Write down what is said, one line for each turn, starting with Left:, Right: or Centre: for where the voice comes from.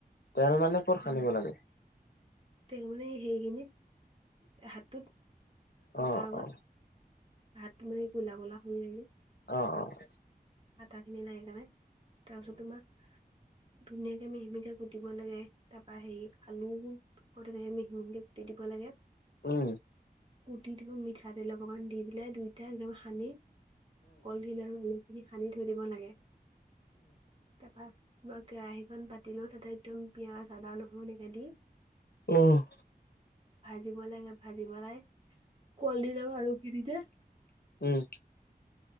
Left: তেল মানে ক'ত
Right: তাৰপিছত
Left: সানিব লাগে?
Right: তেল মানে সেইখিনিত এ হাতটোত।
Left: অ',
Right: কটাৰ আগত,
Left: অ',
Right: ভাত মাৰি ক'লা ক'লা হৈ আহিলে।
Left: অঁ' অঁ'।
Right: আটাখিনি লাগেইকাণে তাৰ পিছত, তোমাক ধুনীয়াকে মিহি মিহিকে কুটিব লাগে। তাপা সেৰি আলু আকৌ তেনেকে মিহি মিহিকে কুটি দিব লাগে।
Left: উম'
Right: কুটি দিব, মিঠাতেল অকমান দি পেলাই দুইত- এতিয়া একদম সানি কলডিল আৰু ৰোলখিনিত সানি থৈ দিব লাগে। তাপা কেৰাহীখন পাতিলৈ তাতে একদম পিয়াঁজ, আদা, নহৰু এনেকে দি-
Left: অঁ'
Right: ভাজিব লাগে, ভাজি পেলাই কলডিল আৰু আলুখিনিতে-
Left: উম'